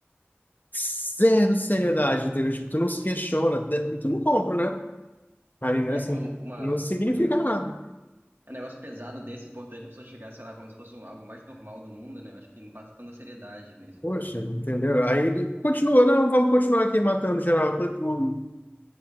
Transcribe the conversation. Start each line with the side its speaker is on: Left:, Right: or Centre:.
Left: Zero seriedade, entendeu? Tipo, tu não se questiona, tu não compra, né? A vingança
Right: É, pô, uma,
Left: não significa
Right: uma- né,
Left: nada.
Right: um negócio pesado desse, importante a pessoa chegar, sei lá, como se fosse um- algo mais normal do mundo, né? Eu Acho que não passa tanta seriedade, que nem você
Left: Poxa,
Right: falou.
Left: entendeu? Aí, ele continuou, não, vamos continuar aqui matando geral. Eu falei, pô,